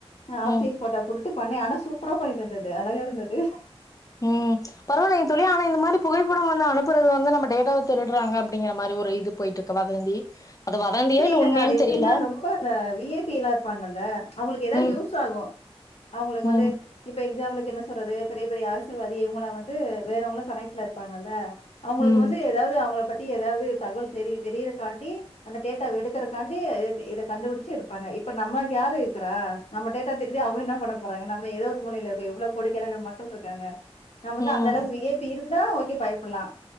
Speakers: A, on the left; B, on the left.
A: ஆ ஆஃப்சைஸ்
B: ம்
A: ஃபோட்டா குடுத்து பண்ணே ஆனா சூப்பரா பண்ணிட்டு இருந்தது அழகா இருந்தது
B: ம் பரவாயில்லைங்க தோழி ஆனா இந்த மாரி புகைப்படம் வந்து அனுப்புறது வந்து நம்ம டேட்டாவ திருடுறாங்க அப்டிங்கிற மாரி ஒரு இது போயிட்டு இருக்கு வதந்தி அது வதந்தியா
A: அப்டி
B: இல்ல
A: இல்லைங்க
B: உண்மையான்னு
A: அது எப்டின்னா
B: தெரியல
A: ரொம்ப அந்த வி ஐ பி லா இருப்பாங்கல்ல அவங்களுக்கு ஏதாவது
B: ம்
A: யூஸ் ஆகும் அவங்களுக்கு
B: ம்
A: வந்து இப்ப எக்ஸாம்பிள் என்ன சொல்றது பெரிய பெரிய அரசியல்வாதி இவங்கள வந்து வேறவங்களு கனெக்ட்ல இருப்பாங்கல்ல அவங்களுக்கு
B: ம்
A: வந்து ஏதாவது அவங்கள பத் தி ஏதாவது தகவல் தெரிய தெரியிறக்காண்டி அந்த டேட்டாவ எடுக்கிறதுக்காண்டி இத கண்டுபிடிச்சு எடுப்பாங்க இப்ப நம்மளுக்கு யார் இருக்கிறா நம்ம டேட்டா திருடி அவங்க என்ன பண்ண போறாங்க நம்ம ஏதோ ஒரு மூளையில இருக்கோ எவ்ளோ கோடிக்கணங்க மக்கள் இருக்காங்க நம்ம வந்து
B: ம்
A: அந்த அளவுக்கு வி ஐ பி இருந்தா ஓகே பயப் ப்பலா